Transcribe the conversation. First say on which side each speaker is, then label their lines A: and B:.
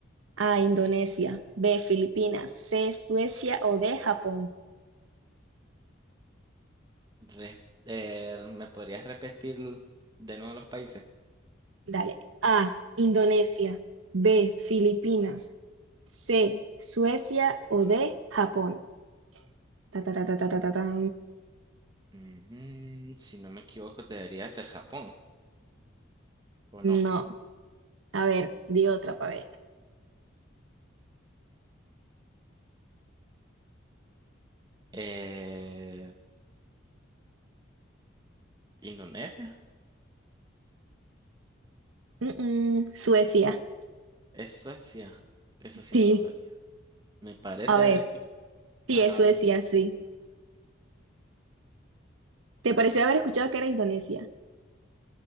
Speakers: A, on the right; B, on the right.
A: A, Indonesia. B, Filipinas. C, Suecia o D, Japón.
B: Re- eh, ¿me podrías repetir de nuevo los países?
A: Dale. A, Indonesia. B, Filipinas. C, Suecia o D, Japón. Ta, ta, ta, ta, ta, ta, ta, tan.
B: Ujú, Si no me equivoco, debería ser Japón, ¿o no?
A: No. A ver, di otra para ver.
B: Eh, ¿Indonesia?
A: Mm, mm, Suecia.
B: ¿Es Suecia? Eso sí
A: Sí.
B: no lo sabía. Me parece
A: A ver.
B: haber
A: Sí,
B: Ajá,
A: es Suecia,
B: dime.
A: sí. ¿Te pareció haber escuchado que era Indonesia?